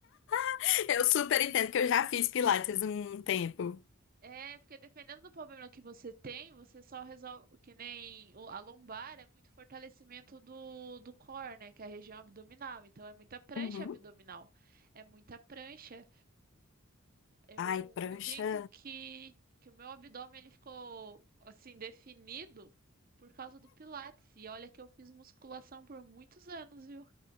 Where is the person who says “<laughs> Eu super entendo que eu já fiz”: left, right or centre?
Left